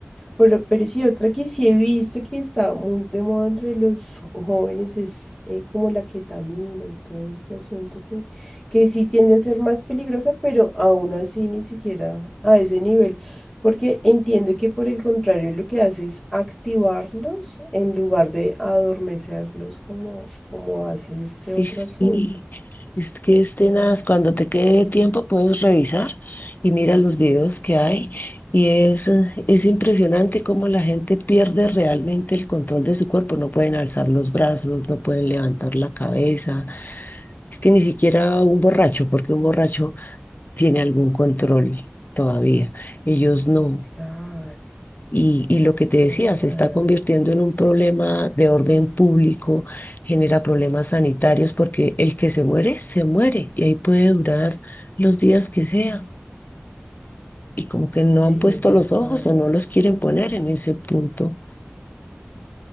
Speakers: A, on the left; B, on the left.
A: Pero, pero sí, otra que sí he visto que está muy de moda entre los jóvenes es eh, como la ketamina y todo este asunto que, que sí tiende a ser más peligrosa, pero aún así ni siquiera a ese nivel, porque entiendo que por el contrario lo que hace es activarlos en lugar de adormecerlos como, como hace este
B: Y
A: otro
B: sí,
A: asunto.
B: es que es tenaz. Cuando te quede tiempo puedes revisar y mira los videos que hay. Y es, eh, es impresionante cómo la gente pierde realmente el control de su cuerpo. No pueden alzar los brazos, no pueden levantar la cabeza. Es que ni siquiera un borracho, porque un borracho tiene algún control todavía. Ellos no.
A: Claro,
B: Y, y lo que te
A: qué
B: decía,
A: fuerte.
B: se está convirtiendo en un problema de orden público, genera problemas sanitarios, porque el que se muere, se muere, y ahí puede durar los días que sea. Y como que no
A: Sí,
B: han puesto
A: muy
B: los
A: fuerte.
B: ojos o no los quieren poner en ese punto.